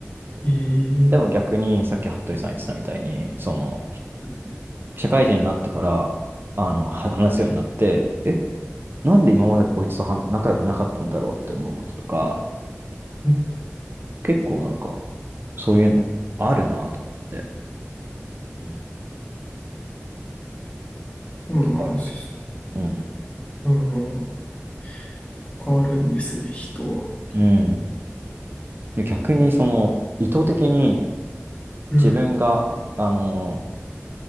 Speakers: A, on the left; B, on the right.
A: ええ
B: でも逆に、さっき服部さん言ってたみたいに、その、
A: はい。
B: 社会人になってから、あの、は話すようになって、え、なんで今までこいつとは仲良くなかったんだろうって思うこととか、
A: そ
B: 結構なんか、そういうのあるなと思って、うん
A: うなんです。
B: 結構あるんですよ。うん。
A: うん。結構変わるんですね、人は。
B: うん。で逆に、その、意図的に
A: うん。
B: 自分が、あの、